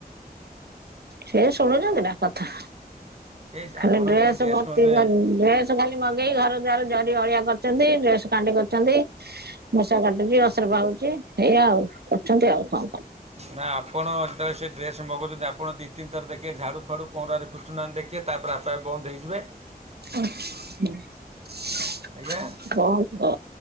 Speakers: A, on the right; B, on the right.
A: ସେ ଶୁଣୁଛନ୍ତି ନା କଥା।
B: କେହି
A: ଖାଲି
B: ଆପଣ
A: ଡ୍ରେସ
B: ଯେତେବେଳେ ଡ୍ରେସ୍
A: ଗୁରା
B: ମଧ୍ୟ
A: ତି ଡ୍ରେସ ଖାଲି ମଗେଇ ଘର ଦ୍ୱାର ଜରି ଅଳିଆ କରୁଛନ୍ତି ଡ୍ରେସ କାଣ୍ଡେ କରୁଛନ୍ତି। ମୂଷା କାଟୁଚି ଅସରପା ହଉଚି ଏଇଆ ଆଉ କରୁଛନ୍ତି ଆଉ ହଁ।
B: ନା ଆପଣ ଡେସେ ଡ୍ରେସ ମଗଉ ଛନ୍ତି ଆପଣ ଦିତିନିଥର ଦେଖିଏ ଝାଡ଼ୁ ଫାଂଡୁ ପହଁରାରେ ପିଟୁ ନାହାଁନ୍ତି ଦେଖିବେ ତାପରେ ଆପେ ଆପେ ବନ୍ଦ ହେଇଯିବେ।
A: ଆ ହ <inaudible>
B: ଆଜ୍ଞା।
A: କଣ କହ